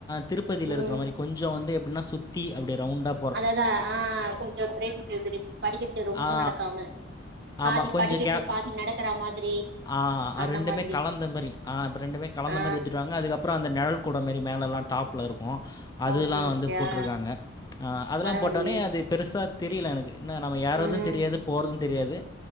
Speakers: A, on the left; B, on the right.
A: திருப்பதியில
B: ம்
A: இருக்குற மாதிரி கொஞ்சோ வந்து எப்படின்னா சுத்தி அப்படி ரவுண்ட்டா
B: அதாதா ஆ கொஞ்சோ பிரேக்கிங் எடுத்துட்டு படிக்கட்டு ரொம்ப
A: ஆ.
B: நடக்காம பாதி
A: ஆமா. கொஞ்சம்
B: படிக்கட்டு
A: கேப்
B: பாதி நடக்கற மாதிரி
A: ஆ
B: அந்த
A: ரெண்டுமே
B: மாதிரி
A: கலந்த மாறி ஆ ரெண்டுமே கலந்த
B: ஆ
A: மாரி எடுத்துடுவாங்க அது அப்புறோ அந்த நிழல் கூட மாரி மேல எல்லா டாப்ல இருக்கும் அதுலா
B: ஓகே ஓகே
A: வந்து போட்ருக்காங்க
B: ஆ
A: அதெலா
B: பரவாயில்லையே
A: போட்டோனே அது பெருசா தெரியல எனக்கு இன்னா நம்ம ஏறது
B: ம்
A: தெரியாது போறது தெரியாது